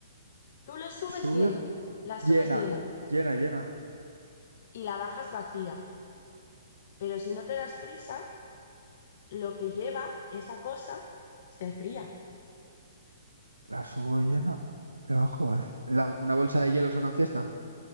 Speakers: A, on the left (about 50°); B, on the right (about 85°).
A: Tú lo subes
B: Sube,
A: lleno, la
B: llena,
A: subes llena
B: llena, llena.
A: y la bajas vacía, pero si no te das prisa, lo que lleva esa cosa se enfría. <laughs>
B: La subo llena, la bajo vacía. La- ¿una bolsa de hielo una fiesta?